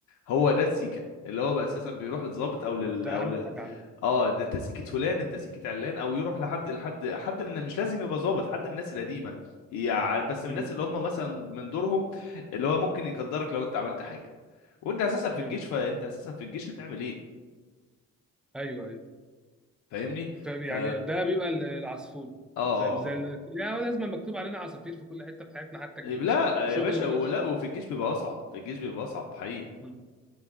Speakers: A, on the left (about 75°); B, in the centre.
A: هو ده السيكه اللي هو بقى اساسا بيروح للضابط او لل
B: مم. ده
A: او
B: اهم
A: ل...
B: حاجه عندي
A: اه ده انت سيكه فلان انت سيكه علان او يروح لحد لحد حد من مش لازم يبقى ضابط حد من الناس القديمه يعني بس من
B: مم،
A: الناس اللي هم مثلا من دورهم اللي هو ممكن يقدرك لو انت عملت حاجه وانت اساسا في
B: مم.
A: الجيش فانت اساسا في الجيش هتعمل ايه
B: ايوه ايوه
A: فاهمني
B: طيب يعني
A: ف
B: ده بيبقى ال- العصفور
A: اه
B: زي
A: اه
B: زي ال- يعني هو لازم مكتوب علينا عصافير في كل حته في حياتنا حتى الجيش
A: إيه، لا
B: شغل
A: يا باشا
B: وغير
A: ولا
B: شغل
A: وفي الجيش بيبقى اصعب في الجيش بيبقى اصعب حقيقي
B: مم.